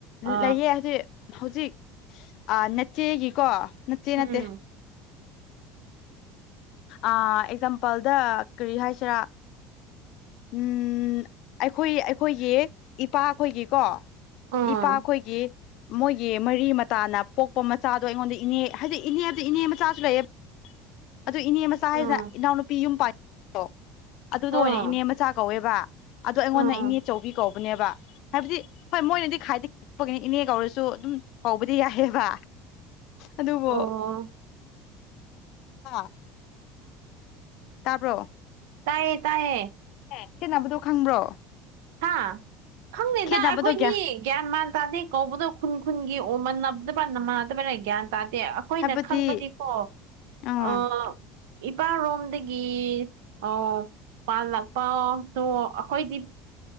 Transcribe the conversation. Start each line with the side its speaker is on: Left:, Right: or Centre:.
Right: ꯑ
Left: ꯂꯩꯌꯦ ꯍꯥꯏꯗꯤ ꯍꯧꯖꯤꯛ ꯑꯥ ꯅꯆꯦꯒꯤꯀꯣ ꯅꯆꯦ
Right: ꯎꯝ
Left: ꯅꯠꯇꯦ ꯑꯥ ꯑꯦꯛꯖꯥꯝꯄꯜꯗ ꯀꯔꯤ ꯍꯥꯏꯁꯦꯔꯥ ꯎꯝ ꯑꯩꯈꯣꯏ ꯑꯩꯈꯣꯏꯒꯤ ꯏꯄꯥ ꯈꯣꯏꯒꯤꯀꯣ꯫
Right: ꯑꯥ
Left: ꯏꯄꯥ ꯈꯣꯏꯒꯤ ꯃꯣꯏꯒꯤ ꯃꯔꯤ ꯃꯇꯥꯅ ꯄꯣꯛꯄ ꯃꯆꯥꯗꯣ ꯑꯩꯉꯣꯟꯗ ꯏꯅꯦ ꯍꯥꯏꯗꯤ ꯏꯅꯦꯗꯤ ꯏꯅꯦ ꯃꯆꯥꯁꯨ ꯂꯩꯌꯦ ꯑꯗꯨ ꯏꯅꯦ ꯃꯆꯥ
Right: ꯑꯥ
Left: ꯍꯥꯏꯁꯤꯅ ꯏꯅꯥꯎꯅꯨꯄꯤ ꯌꯨꯝ ꯄꯥꯟ ꯗꯣ ꯑꯗꯨꯗꯣ
Right: ꯑꯥ
Left: ꯑꯣꯏꯅ ꯏꯅꯦ ꯃꯆꯥ ꯀꯧꯋꯦꯕ ꯑꯗꯨ ꯑꯩꯉꯣꯟꯗ
Right: ꯑꯥ
Left: ꯏꯅꯦꯆꯧꯕꯤ ꯀꯧꯕꯅꯦꯕ꯫ ꯍꯥꯏꯕꯗꯤ ꯍꯣꯏ ꯃꯣꯏꯅꯗꯤ ꯈꯥꯏꯗꯤꯛꯄꯒꯤꯅꯤ ꯏꯅꯦ ꯀꯧꯔꯁꯨ ꯑꯗꯨꯝ ꯀꯧꯕꯗꯤ ꯌꯥꯏꯌꯦꯕ꯫ ꯑꯗꯨꯕꯨ
Right: ꯑꯣ
Left: ꯍꯥꯥ ꯇꯥꯕ꯭ꯔꯣ
Right: ꯇꯥꯏꯌꯦ ꯇꯥꯏꯌꯦ
Left: ꯑꯦ ꯈꯦꯠꯅꯕꯗꯨ ꯈꯪꯕ꯭ꯔꯣ꯫
Right: ꯍꯥ ꯈꯪꯗꯦꯗ
Left: ꯈꯦꯠꯅꯕꯗꯣ
Right: ꯑꯩꯈꯣꯏꯗꯤ
Left: ꯒ꯭ꯌꯥ
Right: ꯒ꯭ꯌꯥꯟ ꯃꯥꯟ ꯇꯥꯗꯦ ꯀꯧꯕꯗꯣ ꯈꯨꯟ ꯈꯨꯟꯒꯤ ꯑꯣꯏꯃꯟꯅꯗꯕꯅ ꯃꯥꯗꯕꯔꯦ ꯒ꯭ꯌꯥꯟ ꯇꯥꯗꯦ ꯑ ꯑꯈꯣꯏꯅ
Left: ꯍꯥꯏꯕꯗꯤ
Right: ꯈꯪꯕꯗꯤꯀꯣ
Left: ꯎꯝ
Right: ꯑꯥ ꯏꯄꯥꯔꯣꯝꯗꯒꯤ ꯑꯥ ꯄꯥꯜꯂꯛꯄꯇꯨ ꯑꯈꯣꯏꯗꯤ